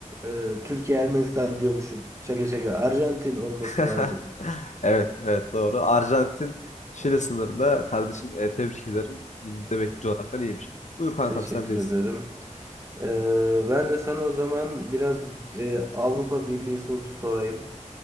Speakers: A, on the right (about 20°); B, on the left (about 65°).
A: e, Türkiye Ermenistan diyormuşum. Şaka şaka. Arjantin olması
B: <laughs>
A: lazım.
B: Evet, evet doğru. Arjantin Şili sınırında kardeşim e, tebrik ederim. Demek ki coğrafyan iyiymiş. Buyur kankam
A: Teşekkür
B: sendeyiz.
A: ederim. Ee, ben de sana o zaman biraz e, Avrupa Birliği sorusu sorayım.